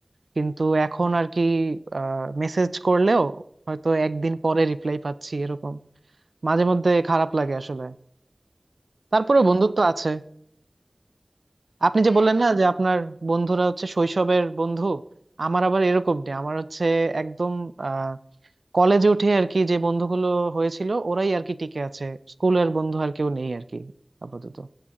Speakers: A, on the right; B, on the left.
A: কিন্তু এখন আর কি আহ মেসেজ করলেও হয়তো একদিন পরে রিপ্লাই পাচ্ছি এরকম মাঝে মধ্যে খারাপ লাগে আসলে তারপরে
B: আরে
A: বন্ধুত্ব আছে আপনি
B: হ্যাঁ
A: যে বললেন
B: বন্ধু
A: না যে আপনার বন্ধুরা হচ্ছে শৈশবের বন্ধু আমার আবার এরকম নেই আমার হচ্ছে একদম আহ কলেজে উঠে আর কি যে বন্ধুগুলো হয়েছিল ওরাই আর কি টিকে আছে স্কুলের বন্ধু আর কেউ নেই আর কি আপাতত